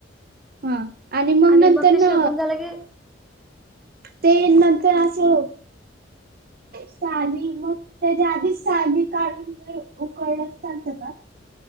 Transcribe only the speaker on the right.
हा
नंतर
न
ते नंतर असं साली, मग त्याच्या आधीच साली काढून जर उकळल च चालतं का?